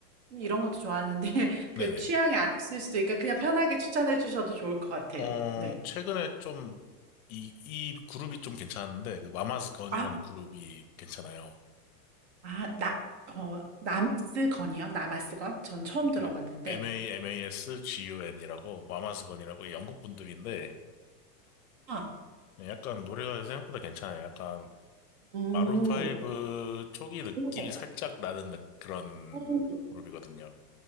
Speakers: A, on the right (about 45°); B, on the left (about 65°).
A: 이런 것도 좋아하는데 <laughs>
B: 네네.
A: 그 취향이 아니실 수도 있으니까 그냥 편하게 추천해 주셔도 좋을 것 같아요.
B: 어,
A: 네.
B: 최근에 좀, 이, 이 그룹이 좀 괜찮은데, 그, 마마스건이라는
A: 아,
B: 그룹이 괜찮아요.
A: 아, 나, 어, 남스건이요? 남아스건? 전 처음 들어봤는데.
B: 그, MAMASGUN이라고, 마마스건이라고 영국 분들인데,
A: 아,
B: 네, 약간 노래가 생각보다 괜찮아요. 약간,
A: 오,
B: 마룬브 초기 느낌이
A: 오,
B: 살짝 나는 느- 그런
A: 오,
B: 그룹이거든요.